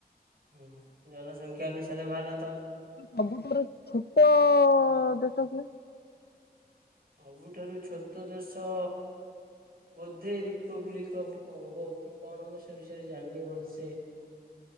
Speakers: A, on the right; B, on the left.
A: ହୁଁ ଜନସଂଖ୍ୟା ଅନୁସାରେ ଭାରତ।
B: ସବୁଠାରୁ ଛୋଟ ଦେଶ କିଏ?
A: ସବୁଠାରୁ ଛୋଟ ଦେଶ। ବୋଧେ ରିପବ୍ଲିକ୍ ଅଫ ପଙ୍ଗୋ କି କଣ ମୁଁ ସେ ବିଷୟରେ ଜାଣିନି ଭଲସେ। ସେ।